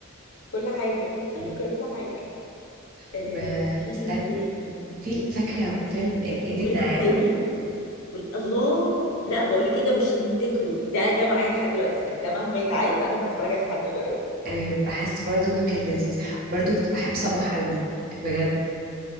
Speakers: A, on the left (about 80°); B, on the right (about 45°).
A: كل حاجة لا
B: مم.
A: كل حاجة آه
B: واستني
A: في بنت تاني
B: في فاكرة فيلم الايد
A: الرجل
B: الناعمة
A: التاني وال- الله لا بقولك ايه ده مش نفتكره ده ده معايا لحد دلوقتي يعني ده مهما يتعاد انا بتفرج عليه لحد دلوقتي
B: أه بحس برضو انه كان لذيذ برضو كنت بحب صباح قوي بجد